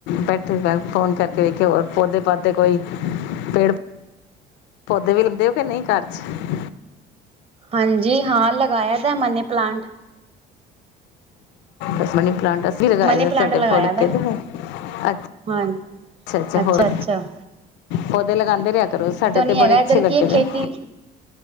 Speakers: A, on the left; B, on the right.
A: ਬੈਠੇ ਦੇ ਫੋਨ ਕਰਕੇ ਵੇਖ਼ਿਏ ਹੋਰ ਪੌਦੇ ਪਾਦੇ ਕੋਈ ਪੇੜ ਪੌਦੇ ਵੀ ਰੱਖਦੇ ਓ ਕਿ ਨਈ ਘਰ 'ਚ?
B: ਹਾਂਜੀ ਹਾਂ, ਲਗਾਯਾ ਦਾ ਐ ਮਨੀ ਪਲਾਂਟ।
A: ਦਸ ਮਨੀ ਪਲਾਂਟ ਅਸੀਂ ਵੀ ਲਗਾਏ
B: ਮਨੀ
A: ਦੇ,
B: ਪਲਾਂਟ
A: ਸਾਡੇ
B: ਲਗਾਇਆ
A: ਫੁੱਲ
B: ਦਾ
A: ਖਿਲਦੇ ਨੇ। ਅੱਛਾ
B: ਹਾਂ,
A: ਅੱਛਾ ਹੋਰ
B: ਅੱਛਾ-ਅੱਛਾ।
A: ਪੌਦੇ ਲਗਾਂਦੇ ਰਿਹਾ ਕਰੋ, ਸਾਡੇ ਤੇ
B: ਨਹੀਂ ਹੈਗਾ
A: ਬੜੇ ਅੱਛੇ
B: ਇੱਧਰ
A: ਲੱਗੇਦੇ
B: ਕੀ ਖੇਤੀ
A: ਨ।